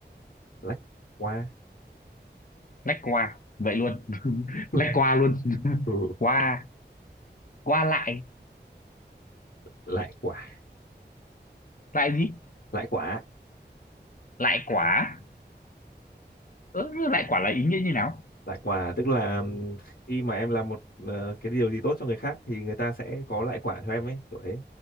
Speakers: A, on the left (about 65°); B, on the left (about 50°).
A: lách qua
B: lách qua vậy luôn <laughs>
A: <laughs>
B: lách qua luôn <laughs>
A: ừ
B: qua qua lại
A: lại quá.
B: lại gì
A: lãi quả
B: lại quả ừ, lại quả là ý nghĩa như nào
A: lãi quả tức là ừm, khi mà em làm một ờ, cái điều gì tốt cho người khác thì người ta sẽ có lãi quả cho em ấy kiểu thế